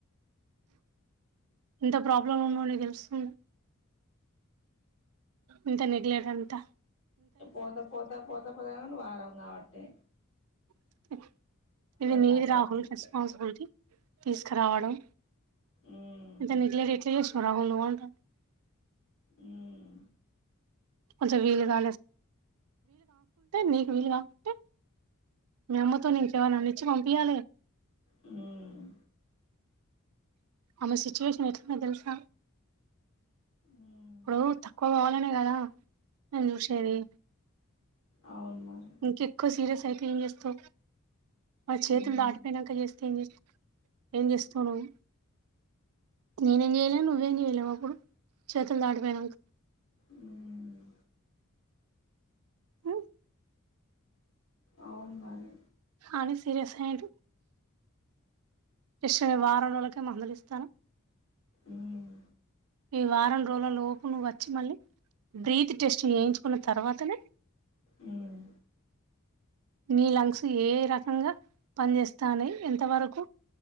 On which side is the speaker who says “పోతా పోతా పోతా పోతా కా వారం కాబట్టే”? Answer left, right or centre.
Left